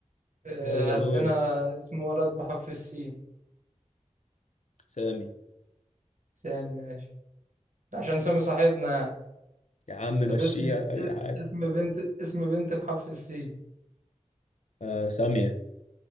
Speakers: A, on the right (about 85°); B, on the left (about 65°).
A: آه،
B: يلا
A: هات
B: دوري
A: لنا اسم ولد بحرف السين
B: سامي
A: سام ماشي ده عشان سامي صاحبنا يعني
B: يا عم مشيها
A: طب اسم
B: اي حاجه
A: اسم بنت اسم بنت بحرف السين
B: آه ساميه